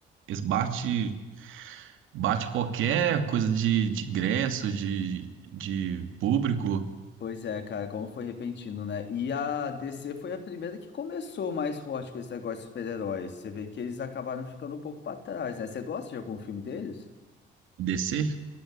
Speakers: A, on the right (about 85°); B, on the left (about 60°).
A: eles bate, bate qualquer coisa de, de ingresso, de, de público,
B: Pois é, cara, como foi repentino, né? E a DC foi a primeira que começou mais forte com esse negócio de super-heróis. Você vê que eles acabaram ficando um pouco pra trás, né? Você gosta de algum filme deles?
A: DC.